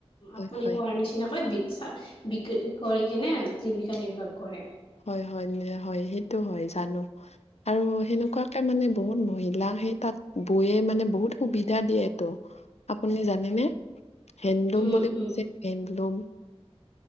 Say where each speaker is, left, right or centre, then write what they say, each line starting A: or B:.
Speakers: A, on the left; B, on the left.
A: হয়
B: আপুনি
A: হয়
B: কোৱাৰ নিচিনাকৈ বিক বিক্ৰী কৰি কেনে জীৱিকা নিৰ্বাহ কৰে।
A: হয় হয়, হয়, সেইটো হয় জানো, আৰু সেনেকুৱাকে
B: উম
A: মানে বহুত মহিলাক সেই তাঁত বৈয়ে মানে বহুত সুবিধা দিয়েতো, আপুনি জানেনে? হেণ্ডলুম
B: উম
A: বুলি
B: উম
A: <unintelligible> যে হেণ্ডলুম